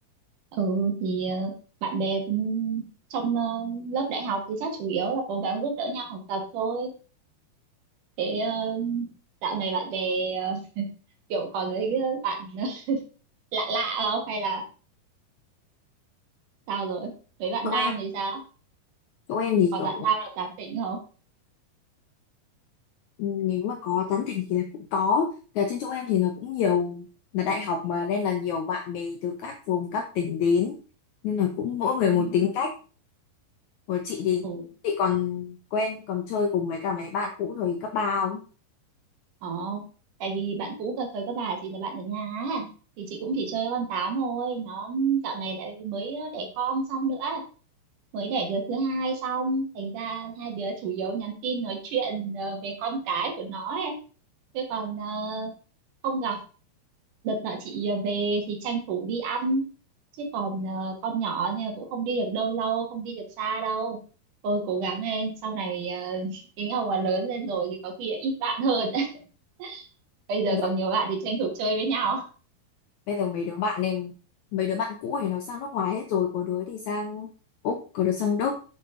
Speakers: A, on the right; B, on the left.
A: ừ thì ờ, bạn bè cũng trong ờ, lớp đại học thì chắc chủ yếu là cố gắng giúp đỡ nhau học tập thôi thế ờ, dạo này bạn bè ờ, kiểu còn với cái bạn <laughs> lạ lạ không hay là sao rồi với bạn
B: chỗ
A: nam
B: em
A: thì sao
B: chỗ em thì
A: còn
B: kiểu
A: bạn nam là tán tỉnh không
B: Ừ, nếu mà có tán thành thì là cũng có cả trên chỗ em thì nó cũng nhiều là đại học mà nên là nhiều bạn bè từ các vùng các tỉnh đến nên là cũng mỗi người
A: Ừ.
B: một tính cách của chị thì
A: Ừ.
B: chị còn quen còn chơi cùng với cả mấy bạn cũ thời cấp ba không
A: Ờ, tại vì bạn cũ cà phê các bà chỉ là bạn ở nhà á. thì chị cũng chỉ chơi con tám thôi nó dạo này lại mới đẻ con xong nữa mới đẻ đứa thứ hai xong thành ra hai đứa chủ yếu nhắn tin nói chuyện ờ, về con cái của nó ấy. chứ còn ờ, không gặp đợt nọ chị ờ, về thì tranh thủ đi ăn chứ còn ờ, con nhỏ nên là cũng không đi được đâu lâu không đi được xa đâu tôi cố gắng lên sau này ờ, <laughs> tính ông mà lớn lên rồi thì có khi ít bạn hơn <laughs> bây giờ
B: rồi
A: còn nhiều bạn thì tranh thủ chơi với nhau
B: bây giờ mấy đứa bạn em mấy đứa bạn cũ thì nó sang nước ngoài hết rồi có đứa thì sang Úc có đứa sang Đức